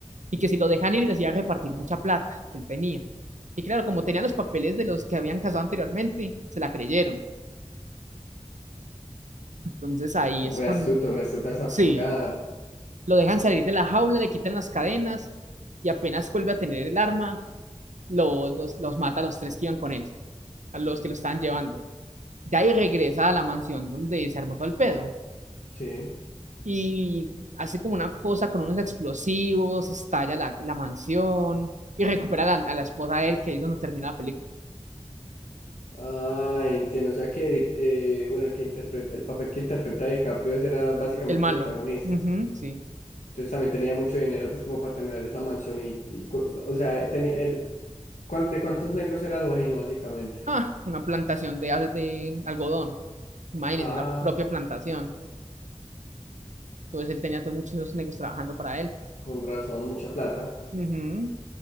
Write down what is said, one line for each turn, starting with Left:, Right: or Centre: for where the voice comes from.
Right: y que si lo dejan ir les iba a repartir mucha plata que él tenía. Y claro, como tenía los papeles de los que habían casado anteriormente, se la creyeron. Entonces ahí
Left: Re
Right: es cuando,
Left: astuto, re astuta esa
Right: sí,
Left: jugada.
Right: lo dejan salir de la jaula, le quitan las cadenas y apenas vuelve a tener el arma, lo- los, los mata a los tres que iban con él. a los que lo estaban llevando. De ahí regresa a la mansión donde se armó todo el pedo
Left: Sí.
Right: y hace como una cosa con unos explosivos, estalla la, la mansión y recupera a la, a la esposa de él, que ahí es donde termina la película.
Left: Ah, entiendo. O sea que, Dic- eh, bueno, el que interpreta, el papel que interpreta DiCaprio ese era básicamente
Right: El malo.
Left: el antagonista.
Right: Ujú, sí.
Left: Entonces también tenía mucho dinero, pues, como para tener esa mansión y, y cu- o sea, tenía el, ¿cuán- ¿de cuántos negros era dueño, básicamente?
Right: Ah, una plantación de, de algodón. Imagínense,
Left: Ah,
Right: la propia plantación. Entonces él tenía todos muchos negros trabajando para él.
Left: con razón, mucha plata.
Right: Ujú.